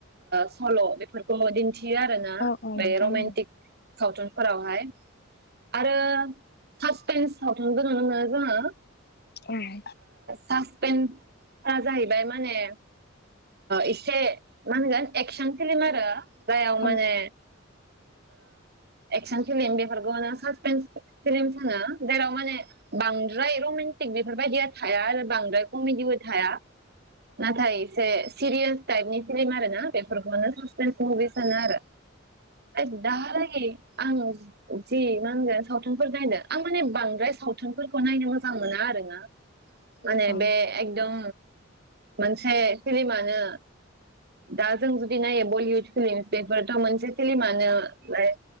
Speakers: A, on the right; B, on the left.
A: सल' बेफोरखौ दिन्थि आरो ना
B: औ औ
A: बे
B: नोंथां
A: रमान्टिक
B: औ
A: सावथुनफोरावहाय आरो पासथाम सावथन नुनो मोनो जोङो
B: <unintelligible>
A: सासपेन्स जाहैबाय माने एसे मा होनगोन एक्सन फिल्म आरो जायाव
B: औ नोंथां औ नोंथां औ
A: माने एक्सन फिल्म बेफोरखौनो सासपेन्स फिल्म होनो जाय माने बांद्राय रमेन्टिक बेफोरबायदिया थाया आरो बांद्राय कमेडिबो थाया। नाथाय एसे सिरियास टाइपनि फिल्म आरोना बे बेफोरखौनो <inaudible> मुभि सानो आरो दाहालागै आं जि मा होनगोन सावथुनफोर नायदों आं माने बांद्राय सावथुनफोर खौ नायनो मोजां मोना आरो ना माने बे
B: औ
A: एकदम मोनसे फिल्म आनो दा जों जुदि नायो बलिउद <inaudible> बेफोरथ मोनसे फिल्म आनो लाय